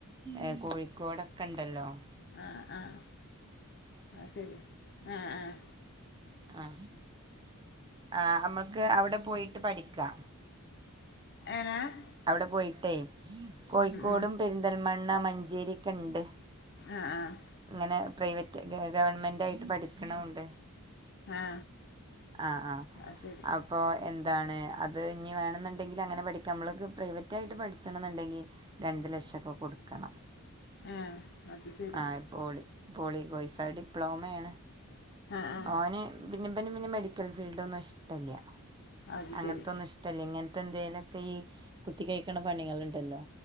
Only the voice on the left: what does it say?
ആഹ് ആഹ് അത്ശരി ആഹ് ആഹ്
!!!!!!! <inaudible>
ഉം
ആഹ് ആഹ്
ആ
അത് ശരി
ആ അത് ശരി
ആ ആ
അത്
ശരി